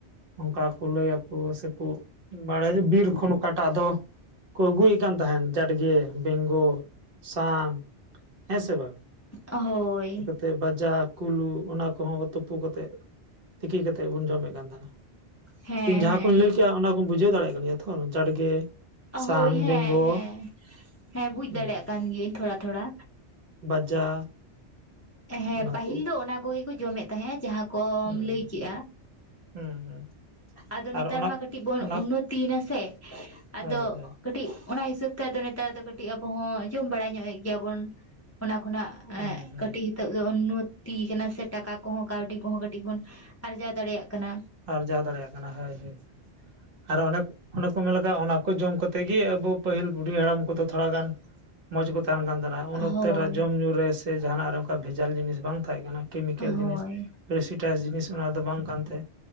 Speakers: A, on the right (about 55°); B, on the left (about 25°).
A: ᱚᱝᱠᱟ ᱠᱚ ᱞᱟᱹᱭ ᱟᱠᱚ ᱥᱮᱠᱚ ᱵᱟᱲᱟᱭᱟ ᱵᱤᱨ ᱠᱷᱚᱱ ᱚᱠᱟᱴᱟᱜ ᱫᱚ ᱠᱚ ᱟᱹᱜᱩᱭᱮᱜ ᱠᱟᱱ ᱛᱟᱦᱮᱸᱱ ᱡᱟᱰᱜᱮ ᱵᱮᱝᱜᱚᱞ ᱥᱟᱝ ᱦᱮᱸ ᱥᱮ ᱵᱟᱝ
B: ᱦᱳᱭ᱾
A: ᱛᱮ ᱵᱟᱡᱟ ᱠᱩᱞᱩ ᱚᱱᱟ ᱠᱚᱦᱚᱸ ᱛᱩᱯᱩ ᱠᱟᱛᱮᱜ ᱛᱤᱠᱤ ᱠᱟᱛᱮᱜ ᱵᱚᱱ ᱡᱚᱢᱮᱜ ᱠᱟᱱ ᱛᱟᱦᱮᱸᱱᱟ᱾
B: ᱦᱮᱸ
A: ᱤᱧ ᱡᱟᱦᱟᱸ
B: ᱦᱮᱸ
A: ᱠᱩᱧ ᱞᱟᱹᱭ ᱠᱮᱜ-ᱟ ᱚᱱᱟ ᱠᱚᱢ ᱵᱩᱡᱷᱟᱹᱣ ᱫᱟᱲᱮᱭᱟᱜ ᱠᱟᱱ ᱜᱮᱭᱟ ᱛᱷᱚᱨ ᱡᱟᱰᱜᱮ ᱥᱟᱝ
B: ᱚ ᱦᱳᱭ ᱦᱮᱸ
A: ᱵᱮᱝᱜᱚ
B: ᱦᱮᱸ ᱦᱮᱸ ᱵᱩᱡᱽ
A: ᱦᱩᱸ
B: ᱫᱟᱲᱮᱭᱟᱜ ᱠᱟᱱ ᱜᱤᱭᱟᱹᱧ ᱛᱷᱚᱲᱟ ᱛᱷᱚᱲᱟ᱾
A: ᱵᱟᱡᱟ
B: ᱦᱮᱸ
A: ᱚᱱᱟ
B: ᱯᱟᱹᱦᱤᱞ
A: ᱠᱚ
B: ᱫᱚ ᱚᱱᱟ ᱠᱚᱜᱮ ᱠᱚ ᱡᱚᱢᱮᱜ ᱛᱟᱦᱮᱸᱜ-ᱟ ᱡᱟᱦᱟᱸ ᱠᱚᱢ
A: ᱦᱩᱸ
B: ᱞᱟᱹᱭ ᱠᱮᱜ-ᱟ᱾
A: ᱦᱩᱸ ᱦᱩᱸ
B: ᱟᱫᱚ
A: ᱟᱨ
B: ᱱᱮᱛᱟᱨ
A: ᱚᱱᱟ
B: ᱢᱟ ᱠᱟᱹᱴᱤᱜ ᱵᱚᱱ
A: ᱚᱱᱟ
B: ᱩᱱᱱᱚᱛᱤᱭᱮᱱᱟ ᱥᱮ ᱟᱫᱚ
A: ᱦᱳᱭ ᱦᱳᱭ
B: ᱠᱟᱹᱴᱤᱜ ᱚᱱᱟ ᱦᱤᱥᱟᱹᱵ ᱛᱮ ᱟᱫᱚ ᱱᱮᱛᱟᱨ ᱫᱚ ᱠᱟᱹᱴᱤᱜ ᱟᱵᱚ ᱦᱚᱸ ᱡᱚᱢ ᱵᱟᱲᱟ ᱧᱚᱜᱼᱮᱜ ᱜᱮᱭᱟ ᱵᱚᱱ ᱚᱱᱟ ᱠᱷᱚᱱᱟᱜ
A: ᱦᱩᱸ
B: ᱮᱸᱜ
A: ᱦᱩᱸ
B: ᱠᱟᱹᱴᱤᱡ ᱦᱤᱛᱚᱜ ᱫᱚ ᱩᱱᱱᱚᱛᱤ ᱠᱟᱱᱟ ᱥᱮ ᱴᱟᱠᱟ ᱠᱚᱦᱚᱸ ᱠᱟᱹᱣᱰᱤ ᱠᱚᱦᱚᱸ ᱠᱟᱹᱴᱤᱜ ᱵᱚᱱ ᱟᱨᱡᱟᱣ ᱫᱟᱲᱮᱭᱟᱜ ᱠᱟᱱᱟ᱾
A: ᱟᱨᱡᱟᱣ ᱫᱟᱲᱮᱭᱟᱜ ᱠᱟᱱᱟ ᱦᱟᱸᱭ ᱦᱟᱸᱭ ᱟᱨᱚ ᱚᱱᱮ ᱠᱚ ᱚᱱᱮ ᱠᱚ ᱢᱮᱱ ᱞᱮᱠᱟ ᱚᱱᱟ ᱠᱚ ᱡᱚᱢ ᱠᱟᱛᱮᱜ ᱜᱮ ᱟᱵᱚ ᱯᱟᱹᱦᱤᱞ ᱵᱩᱰᱷᱤ ᱦᱟᱲᱟᱢ ᱠᱚᱫᱚ ᱛᱷᱚᱲᱟ ᱜᱟᱱ ᱢᱚᱸᱡᱽ ᱠᱚ ᱛᱟᱦᱮᱸᱱ ᱠᱟᱱ ᱛᱟᱦᱮᱸᱱᱟ᱾ ᱩᱱ ᱚᱠᱛᱮ
B: ᱦᱳᱭ
A: ᱨᱮ ᱡᱚᱢ ᱧᱩ ᱨᱮ ᱥᱮ ᱡᱟᱦᱟᱸᱱᱟᱜ ᱨᱮ ᱚᱝᱠᱟ ᱵᱷᱮᱡᱟᱞ ᱡᱤᱱᱤᱥ ᱵᱟᱝ ᱛᱟᱦᱮᱸ ᱠᱟᱱᱟ ᱠᱮᱢᱤᱠᱮᱞ
B: ᱦᱳᱭ
A: ᱡᱤᱱᱤᱥ ᱯᱨᱮᱥᱤᱴᱟᱭ ᱡᱤᱱᱤᱥ ᱚᱱᱟ ᱫᱚ ᱵᱟᱝ ᱠᱟᱱᱛᱮ